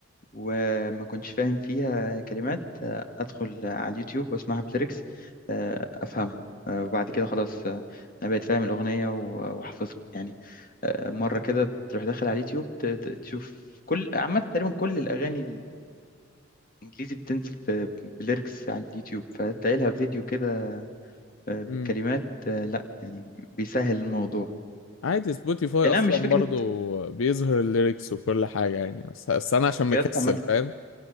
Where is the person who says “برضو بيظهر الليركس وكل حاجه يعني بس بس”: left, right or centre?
Left